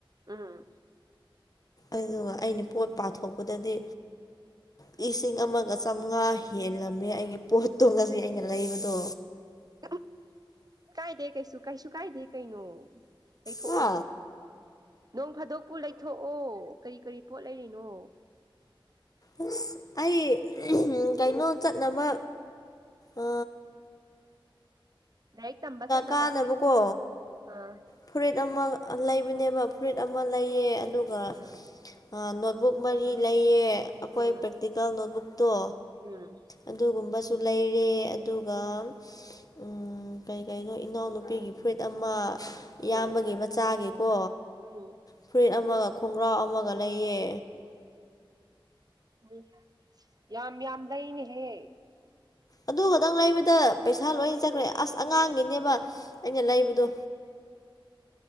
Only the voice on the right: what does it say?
ꯎꯝ꯫
<unintelligible> ꯀꯥꯏꯗꯦ ꯀꯩꯁꯨ ꯀꯩꯁꯨ ꯀꯥꯏꯗꯦ ꯀꯩꯅꯣ ꯂꯩꯊꯣꯛꯑꯣ꯫
ꯅꯣꯡ ꯐꯥꯗꯣꯛꯄꯨ ꯂꯩꯊꯣꯛꯑꯣ ꯀꯔꯤ ꯀꯔꯤ ꯄꯣꯠ ꯂꯩꯔꯤꯅꯣ꯫
ꯂꯥꯏꯔꯤꯛ ꯇꯝꯕ ꯆꯠꯅꯕ
ꯑꯥ
ꯎꯝ
ꯎꯝ
ꯎꯝ
ꯎꯝ
ꯎꯝ
ꯎꯝ ꯌꯥꯝ ꯌꯥꯝ ꯂꯩꯅꯦꯍꯦ꯫